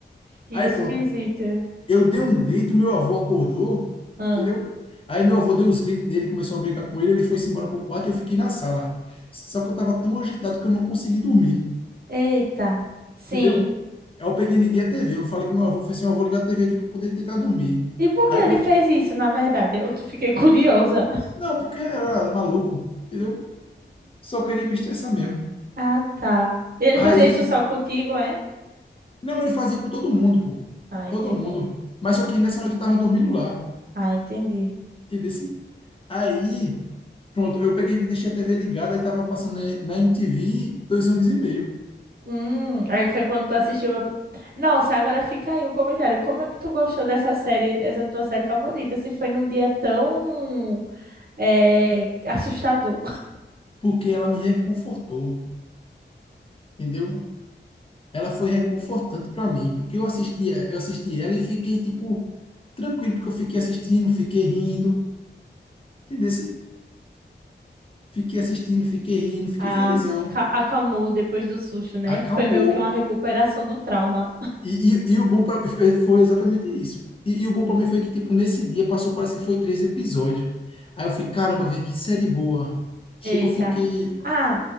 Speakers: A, on the right; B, on the left.
A: que
B: Aí
A: esquisito.
B: pronto, eu dei um grito, meu avô acordou,
A: Ah.
B: entendeu? Aí meu avô deu uns gritos nele, começou a brincar com ele, ele foi-se embora pro quarto e eu fiquei na sala. Só que eu tava tão agitado que eu não consegui dormir.
A: Eita, sim.
B: Entendeu? Aí eu peguei e liguei a TV. Eu falei com meu avô, falei assim, "Ó, eu vou ligar a TV aqui para poder tentar dormir.
A: E por
B: Aí,
A: que ele
B: quando-
A: fez isso, na verdade? Eu fiquei curiosa. <laughs>
B: não, porque era maluco, entendeu? Só queria me estressar mesmo.
A: Ah, tá. Ele
B: Aí,
A: fazia isso só contigo, é?
B: não, ele fazia com todo mundo, pô.
A: Ah, entendi.
B: Todo mundo. Mas só que nessa noite eu tava dormindo lá,
A: Ah, entendi.
B: entendeu? Aí, pronto, eu peguei e deixei a TV ligada e tava passando na na MTV Dois Homens e Meio,
A: Hum, aí foi quando tu assistiu a... pri- Nossa, agora fica aí um comentário. Como é que tu gostou dessa série, essa tua série favorita, se foi num dia tão é, assustador?
B: porque ela me reconfortou, entendeu? ela foi reconfortante para mim, porque eu assisti, eh, eu assisti ela e fiquei, tipo, tranquilo, porque eu fiquei assistindo, fiquei rindo, entendeu? Fiquei assistindo, fiquei rindo,
A: <laughs>
B: fiquei
A: ah
B: felizão,
A: ca- acalmou depois do susto, né?
B: acalmou.
A: Foi meio que uma recuperação do trauma.
B: E, e, e o bom para mim foi foi exatamente isso. E, e o bom para mim foi que, tipo, nesse dia passou, parece que foi três episódios. Aí eu fiquei, caramba, vê que série boa. Chegou,
A: Eita.
B: fiquei.
A: Ah,